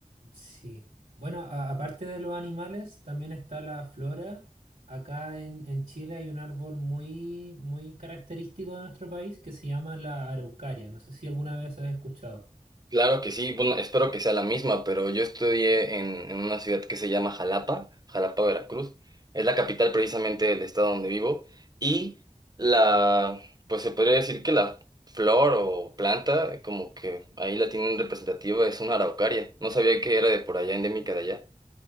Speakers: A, on the right; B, on the right.
A: Sí. Bueno, a- aparte de los animales, también está la flora. Acá en, en Chile hay un árbol muy, muy característico de nuestro país que se llama la araucaria. No sé si alguna vez has escuchado.
B: Claro que sí, bueno, espero que sea la misma, pero yo estudié en, en una ciudad que se llama Jalapa, Jalapa, Veracruz. Es la capital precisamente del estado donde vivo y la, pues se podría decir que la flor o planta, como que ahí la tienen representativa, es una araucaria. No sabía que era de por allá, endémica de allá.